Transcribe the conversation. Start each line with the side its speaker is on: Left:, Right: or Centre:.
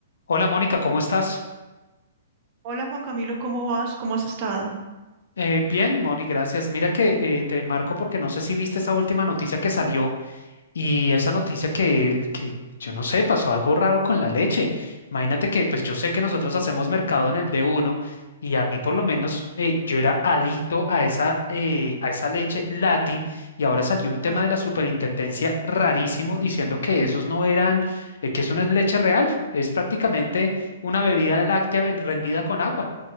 Left: Hola Mónica, ¿cómo estás?
Right: Hola Juan Camilo, ¿cómo vas? ¿Cómo has estado?
Left: Eh, bien, Moni, gracias. Mira que eh, te marco porque no sé si viste esa última noticia que salió y esa noticia que, que yo no sé, pasó algo raro con la leche. Imagínate que pues yo sé que nosotros hacemos mercado en el d uno y a mí por lo menos eh, yo era adicto a esa, eh, a esa leche Lati y ahora salió un tema
Right: Mm,
Left: de la superintendencia rarísimo diciendo que esos no eran, eh, que eso no es leche real, es prácticamente una bebida láctea ven- rendida con agua.